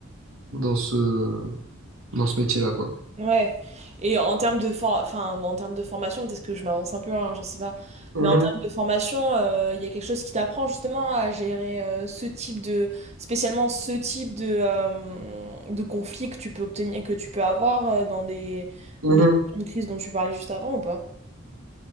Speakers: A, on the right; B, on the right.
A: dans ce, dans ce métier-là, quoi.
B: Ouais. Et en termes de for- enfin, en termes de formation, peut-être que je m'avance un peu, hein, je sais pas.
A: Mhm,
B: Mais en termes de formation, euh, il y a quelque chose qui t'apprend justement à gérer euh, ce type de, spécialement ce type de, euh, de conflit que tu peux obtenir, que tu peux avoir euh, dans des
A: mhm.
B: les questions de crise dont tu parlais juste avant ou pas?